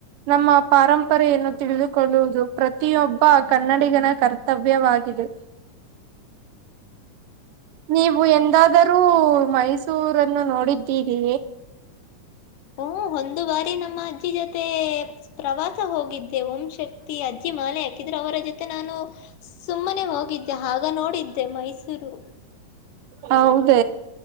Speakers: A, on the right; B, on the left.
A: ನಮ್ಮ ಪಾರಂಪರೆಯನ್ನು ತಿಳಿದುಕೊಳ್ಳುವುದು ಪ್ರತಿಯೊಬ್ಬ ಕನ್ನಡಿಗನ ಕರ್ತವ್ಯವಾಗಿದೆ. ನೀವು ಎಂದಾದರೂ ಮೈಸೂರನ್ನು ನೋಡಿದ್ದೀರಿ.
B: ಹ್ಮ ಒಂದು ಬಾರಿ ನಮ್ಮ ಅಜ್ಜಿ ಜೊತೆ ಪ್ರವಾಸ ಹೋಗಿದ್ದೆ ಓಂ ಶಕ್ತಿ ಅಜ್ಜಿ ಮಾಲೆ ಇದ್ರೆ ಅವರ ಜೊತೆ ನಾನು ಸುಮ್ಮನೆ ಹೋಗಿದ್ದೆ ಆಗ ನೋಡಿದ್ದೆ ಮೈಸೂರು.
A: ಹೌದ